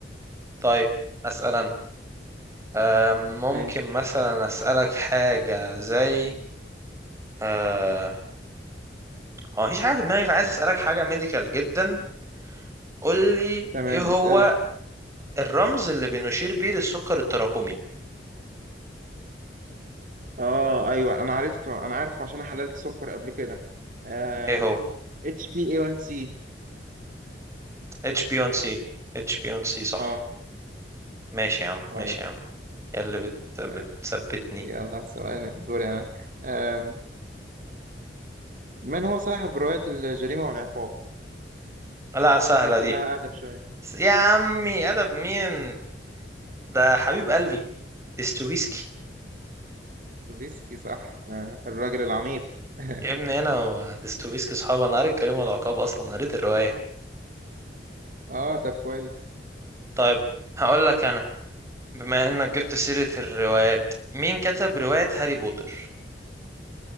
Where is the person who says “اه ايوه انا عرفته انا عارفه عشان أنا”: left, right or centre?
Right